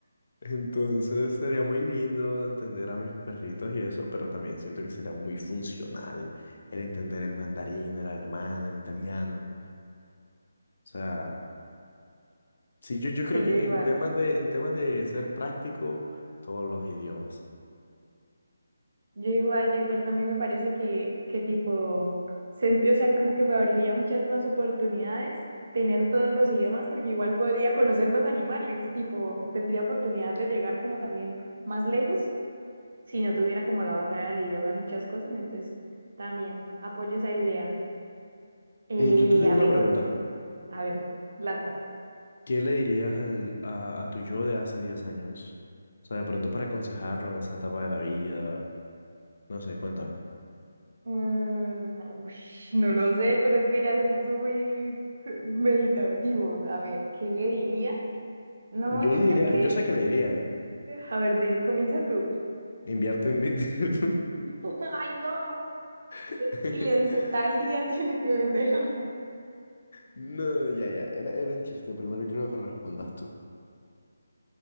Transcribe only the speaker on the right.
Sí,
yo igual.
Yo igual, yo igual. También me parece que, que tipo, sent- o sea, como que me abriría muchas más oportunidades tener todos los idiomas, porque igual podría conocer más animales. Tipo, tendría oportunidad de llegar como también más lejos si no tuviera como la barrera del idioma en muchas cosas. Entonces, también apoyo esa idea. Eh,
a
ver,
otra. A ver, lanza.
Mm, ush, no lo sé, pero es que ya se puso muy <laughs> meditativo. A ver, ¿qué le diría? No,
yo
creo
que...
A ver, di- comienza tú.
<laughs> Ay, no.
Y le dice, tal día tiene que venderla.